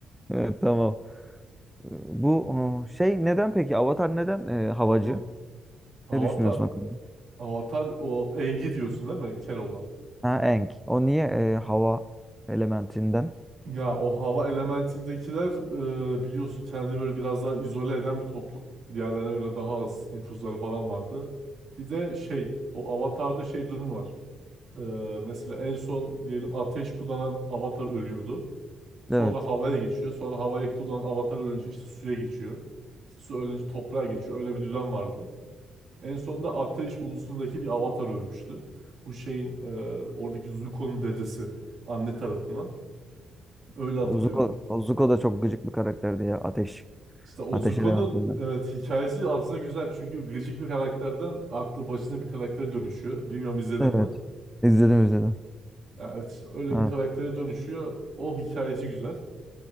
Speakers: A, in the centre; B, on the right.
A: Evet tamam. Ee, Bu o, şey neden peki? Avatar neden e, havacı?
B: Hı. Avatar,
A: Ne düşünüyorsun o konuda?
B: Avatar o Engi diyorsun değil mi? Keloğlan.
A: Ha Aang. O niye e, hava elementinden?
B: Ya o hava elementindekiler e, biliyorsun kendini böyle biraz daha izole eden bir toplum. Diğerlerine göre daha az nüfuzları falan vardı. Bir de şey o avatarda şey durumu var. E, mesela en son diyelim ateş kullanan avatar ölüyordu. Sonra
A: Evet.
B: havaya geçiyor. Sonra havayı kullanan avatar ölünce işte suya geçiyor. İşte su ölünce toprağa geçiyor. Öyle bir düzen vardı. En sonunda ateş ulusundaki bir avatar ölmüştü. Bu şeyin e, oradaki Zuko'nun dedesi anne tarafından. Öyle hatırlıyorum.
A: Zuko, o Zuko da çok gıcık bir karakterdi ya. Ateş.
B: İşte o
A: Ateş
B: Zuko'nun
A: elementinden.
B: evet hikayesi aslında güzel çünkü gıcık bir karakterden aklı başına bir karaktere dönüşüyor. Bilmiyorum izledin
A: Evet.
B: mi?
A: İzledim izledim.
B: Evet işte öyle
A: Evet.
B: bir karaktere dönüşüyor. O hikayesi güzel.